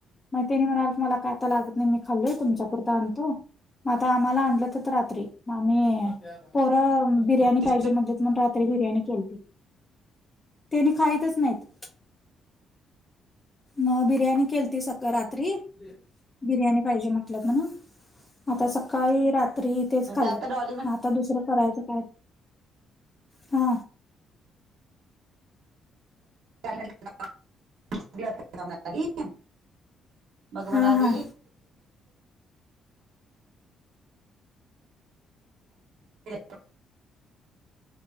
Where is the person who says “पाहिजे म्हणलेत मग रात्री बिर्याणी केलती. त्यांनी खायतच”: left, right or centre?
Left